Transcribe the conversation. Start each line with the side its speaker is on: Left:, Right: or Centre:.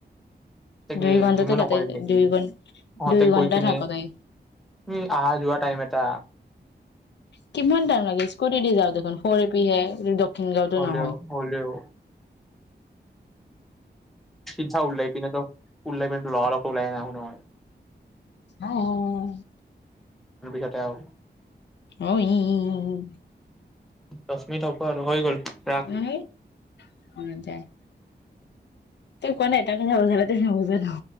Centre: কি
Left: দুই ঘন্টাটো
Centre: জিমো
Left: যাতে
Centre: নকৰিম নেকি
Left: দুই ঘ
Centre: তহঁতে
Left: দুই ঘন্টা
Centre: গৈ পিনে
Left: থাক তই
Centre: উম আহা যোৱা টাইম এটা
Left: কিমান টাইম লাগে স্কুটি দি যাও দেখোন। কৰিবিহে কি দক্ষিণ গাঁওতো
Centre: হলেও
Left: নহয়। <inaudible>
Centre: হলেও চিধা উলাই পিনে তই উলাই পিনে লগালগটো ওলাই নাহো নহয়।
Left: আহ।
Centre: য'তে আহ।
Left: অ, আহ।
Centre: দশ মিনিট হব আৰু হৈ গ'ল। ৰাখ।
Left: <unintelligible> অ দে। তই কোৱা নাই তাক কথা পাতি আছিলো বজ <inaudible> ন